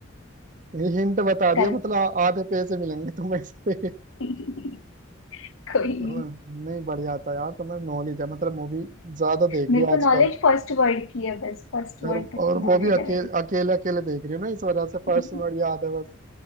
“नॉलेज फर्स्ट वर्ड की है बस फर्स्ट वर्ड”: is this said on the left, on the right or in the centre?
Left